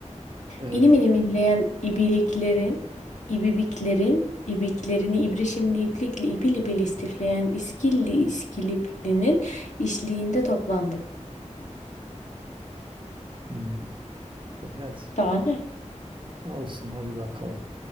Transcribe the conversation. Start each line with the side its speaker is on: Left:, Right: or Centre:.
Right: Evet.
Left: İnim inim inleyen ibiliklerin, ibibiklerin, ibiklerini ibrişimli iplikle ipil ipil istifleyen iskilli iskiliplinin işliğinde toplandık.
Right: Hmm. E, hadi.
Left: Daha ne?
Right: Olsun hadi bakalım.